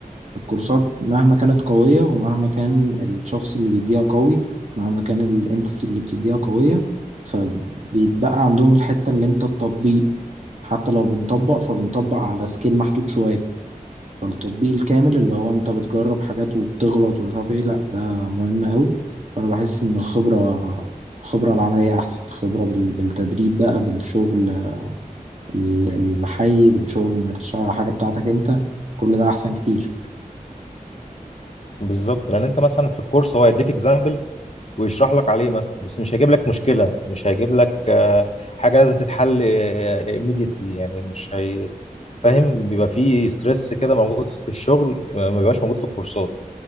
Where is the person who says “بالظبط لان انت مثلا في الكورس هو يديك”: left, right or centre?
Left